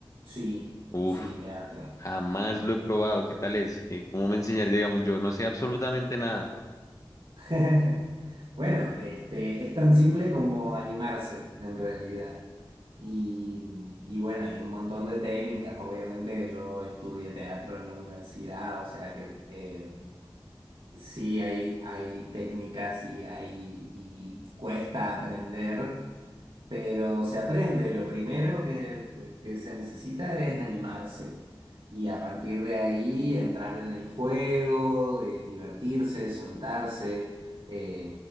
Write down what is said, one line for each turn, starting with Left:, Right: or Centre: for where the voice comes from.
Right: Sí,
Left: Uf,
Right: sí, teatro.
Left: jamás lo he probado. ¿Qué tal es? ¿Qué, cómo me enseñaría? Digamos, yo no sé absolutamente nada. <laughs>
Right: <laughs> Bueno, este, es tan simple como animarse en realidad. Y, y bueno, hay un montón de técnicas. Obviamente yo estudié teatro en la universidad, o sea que eh, sí hay, hay técnicas y, hay, y cuesta aprender, pero se aprende, lo primero que, eh, que se necesita es animarse y a partir de ahí entrar en el juego, eh, divertirse, soltarse, eh,